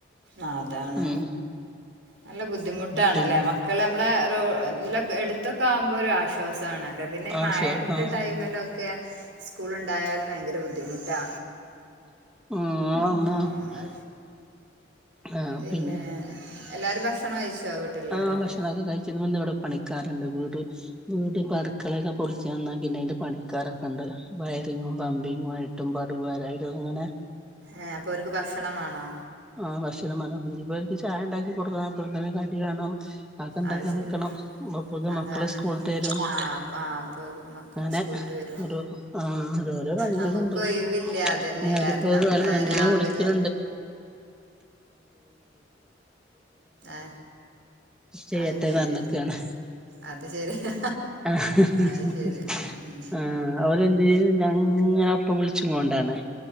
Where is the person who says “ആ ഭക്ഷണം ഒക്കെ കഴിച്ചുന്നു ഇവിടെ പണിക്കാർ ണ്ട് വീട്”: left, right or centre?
Centre